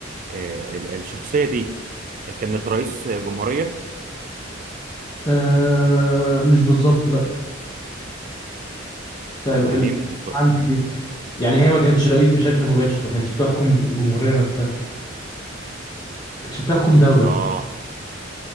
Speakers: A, on the right (about 40°); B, on the left (about 20°).
A: آه ال- الشخصية دي كانت رئيس جمهورية
B: أه مش بالظبط لا طيب
A: يعني
B: ال...
A: إيه مش بالظبط
B: عندك دي يعني هي ما كانتش رئيس بشكل مباشر ما كانتش بتحكم الجمهورية نفسها ما كانتش بتحكم دولة
A: اه